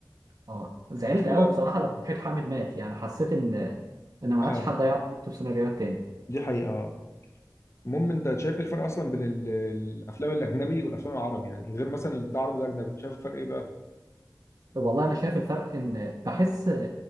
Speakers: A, on the right; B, on the left.
A: اه زعلت
B: الناس كلها
A: قوي بصراحه لما وحيد حامد مات يعني حسيت ان ان ما
B: اه
A: عادش حد هيعرف يكتب سيناريوهات تاني
B: دي حقيقه اه المهم انت شايف ايه الفرق اصلا بين ال- الافلام الاجنبي والافلام العربي يعني غير مثلا ده عربي وده اجنبي شايف الفرق ايه بقى
A: والله انا شايف الفرق ان بحس